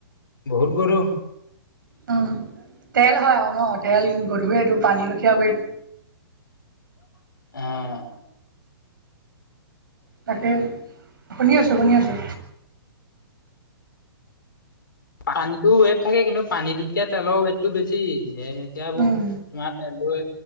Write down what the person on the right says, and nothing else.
তেল হয় আৰু ন তেল গধুৱেটো পানীলখীয়া ৱেট
তাকে শুনি আছো শুনি আছো
উম,